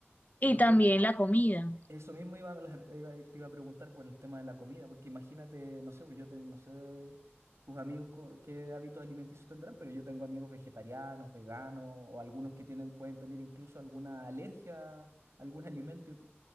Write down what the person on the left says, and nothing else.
Y
también la comida.